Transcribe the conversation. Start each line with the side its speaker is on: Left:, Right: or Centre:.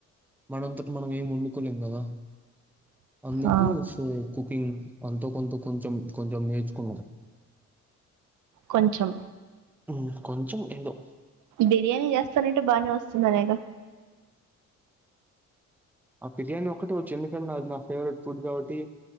Centre: మనంతట మనం ఏం వండుకోలేం గదా అందుకు
Right: ఆ
Centre: సో కుకింగ్ అంతో కొంతో కొంచెం కొంచెం నేర్చుకున్నా
Right: కొంచం
Centre: మ్మ్ కొంచెం ఏదో
Right: బిర్యానీ చేస్తానంటే బానే వస్తుందనేగా
Centre: ఆ బిర్యానీ ఒక్కటే వచ్చు ఎందుకటే అది నా ఫేవరెట్ ఫుడ్ గాబట్టి